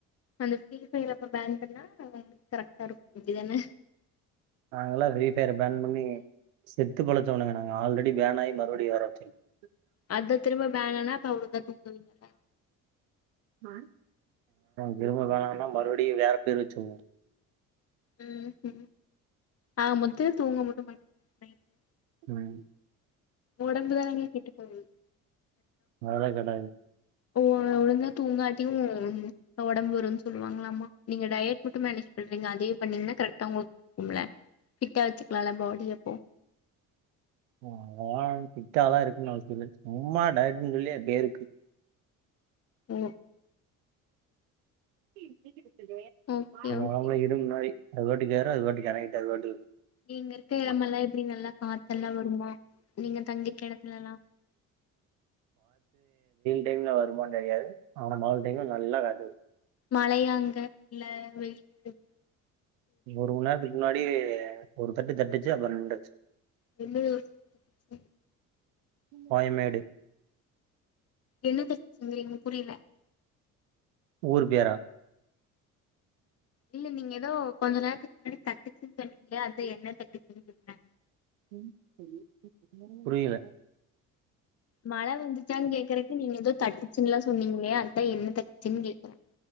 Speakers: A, on the left; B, on the right.
A: அந்த பிரீ ஃபயர்ரே அப்ப பான் பண்ணா கர்ரெக்டா இருக்கோ அப்டிதானே
B: நாங்கல்ல வெயிட்டா இருந்தாலுமே செத்து பொள <unintelligible> ஆல்ரெடி வேல மறுபடியு வர வச்சிரு
A: அத திரும்ப பான் ஆனா அப்ப தூங்குவீங்கல்ல
B: அ திரும்ப வேணாங்கன்னா மறுபடியும் வேற பேர் வச்சுருவோ
A: உம் உ ஆக மொத்தத்துல தூங்க மட்டோ மாட்டிங்க நைட்டு
B: உம்
A: உடம்புதானுக கெட்டு போகுது
B: நவழ கெடாய்
A: உ ஒழுங்கா தூங்காட்டியு உடம்பு வருன்னு சொல்லுவாங்களாமா நீங்க டயட் மட்டும் மேனேஜ் பண்றீங்க அதே பண்ணீங்கன்னா கரெக்டா உங்குலுக் கும்லே ஃபிட் வச்சுக்கலாம்ல பாடி எப்போ
B: அ ஆ ஃபிட்டாலா இருக்குனோனு அவசியம் இல்லை சும்மா டயட்னு சொல்லி அது பேருக்கு
A: உம்
B: <unintelligible> கேக் கேக்கு <unintelligible>
A: ஓகே ஓகே
B: இரும்பு மாரி அது வாட்டுக்கு ஏற அது வாட்டுக்கு இறங்கிட்டு அது வாட்டுக்கு இருக்
A: நீங்க இருக்க இடமெல்லா எப்டி நல்லா காத்தெல்லா வருமா நீங்க தங்யிருக்க எடத்துலல்லா
B: டீம்ல வருமான்னு தெரியாது ஆன நாலு டைம்ல நல்லா காத்து வரும்
A: மழையாங்க இல்ல வெயலு
B: ஒரு மூணு மண்நேரத்துக்கு முன்னாடி ஒரு தட்டு தட்டுச்சு அப்பற நிண்டுச்சு
A: வெள்ளயோச்சு சு
B: பாய்மேடு
A: என்ன தட்டுச்சுங்களீங்க புரியில
B: ஊர் பேரா
A: இல்ல நீங்க ஏதோ கொஞ்சு நேரத்துக்கு முன்னாடி தட்டுச்சுன்னு சொன்னீங்களே அதா என்ன தட்டுச்சுன்னு சொன்னே
B: <inaudible> புரியல
A: மழ வந்துச்சான்னு கேக்குறக்கு நீங்க ஏதோ தட்டுச்சுன்னுல்லா சொன்னீங்களையா அதா என்ன தட்டுச்சுன்னு கேக்குறே